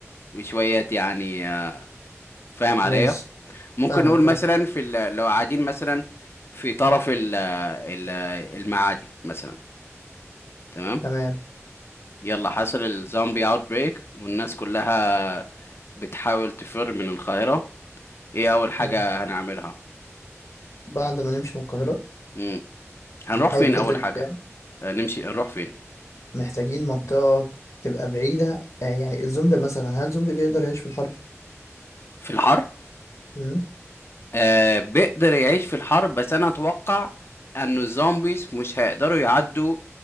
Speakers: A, on the left; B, on the left.
A: وشوية يعني آه، فاهم عليا
B: ماشي
A: ممكن
B: فاهمك
A: نقول مثلا
B: اه
A: في ال- لو قاعدين مثلا في طرف ال ال المعادي مثلا تمام
B: تمام
A: يلا حصل الزومبي اوت بريك والناس كلها بتحاول تفر من القاهرة ايه اول حاجة
B: تمام
A: هنعملها
B: بعد ما نمشي من القاهرة
A: مم. هنروح
B: هنحاول
A: فين
B: بقدر
A: اول
B: الإمكان
A: حاجة آه، نمشي نروح فين
B: محتاجين منطقة تبقى بعيدة آه يعني الزومبي مثلا هل زومبي بيقدر يعيش في الحر؟
A: في الحر
B: مم؟
A: آه بيقدر يعيش في الحر بس انا اتوقع انه الزومبيز مش هيقدروا يعدوا